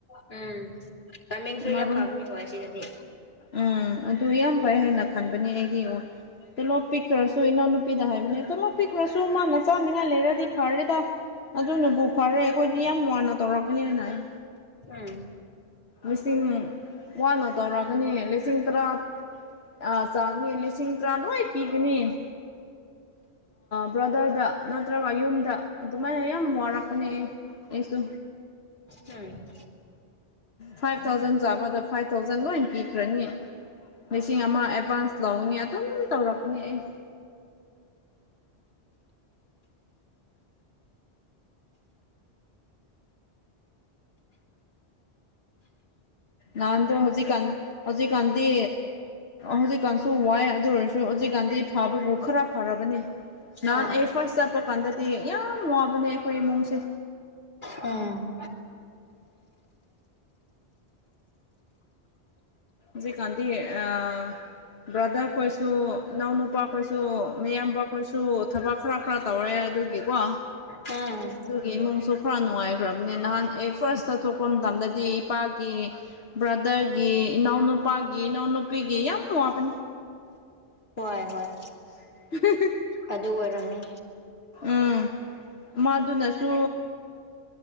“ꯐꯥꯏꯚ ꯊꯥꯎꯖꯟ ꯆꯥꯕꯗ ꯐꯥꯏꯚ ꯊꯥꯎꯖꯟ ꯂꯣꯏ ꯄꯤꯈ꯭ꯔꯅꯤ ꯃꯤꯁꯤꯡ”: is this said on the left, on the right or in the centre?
Left